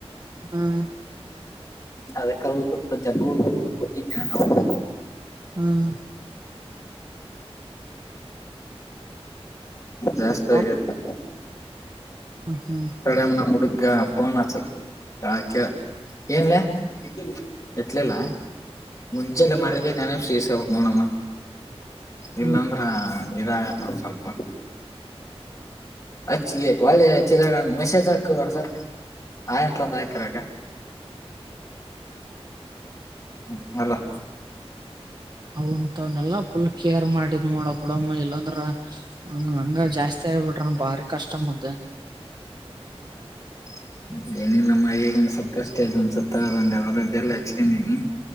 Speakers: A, on the right (about 40°); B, on the left (about 30°).
A: ಹ್ಮ್
B: ಅದಕ್ಕ ಜ ಕೊಟ್ಟಿ ನಾನ್ ಅವಗ
A: ಹ್ಮ್
B: ಜಾಸ್ತಿ
A: ಹೌ
B: ಆಗೈತೊ
A: ಹ್ಮ್
B: ಕಡೆಮನ ಹುಡುಗ ಪೋನ್ ಹಚ್ಚದ ಯಾಕೆ ಏನ್ಲೆ ಎತ್ಲಿಲ್ಲ ಎತ್ಲಿಲ್ಲ ಮುಂಜೆಲ್ಲೆ ಮರಗೆ ಪೇಸ್ ಹೇ ಮಾಡೋಡಮ್ಮ
A: ಹ್ಮ್
B: ಇಲ್ಲಾಂದ್ರ ಇದಾಗತ್ ಸ್ವಲ್ಪ ಹಚ್ಚೀ ಹೊಳೆಚ್ಚಿದ ಮೆಸೇಜ್ ಹಾಕು ವಾಟ್ಸಪ್ ಆಯ್ ಎಂತ ಒಂದು ಹಾಕಿರಕ ಹ ಹಲೋ
A: ಅಂವತನ ಅವನೆಲ್ಲಾ ಪುಲ್ ಕೇರ್ ಮಾಡಿ ಇದ್ ಮಾಡಕ್ ಬುಡಮ್ಮ ಇಲ್ಲಂದ್ರೆ ನಂಗ ಜಾಸ್ತಿ ಆಗಬಿಟ್ರ ಬಾರಿ ಕಷ್ಟ ಮತ್ತೆ
B: <unintelligible> ಏನಿಲ್ಲಮ್ಮ ಈಗ ಒಂದ್ ಸೂಪರ್ ಸ್ಟಾರ್ಜ ಒಂದ್ ಸುತ್ತ ಯಾವದಾದ್ದೆ ಎಲ್ಲ ಹಚ್ಕೊಂಡೀನಿ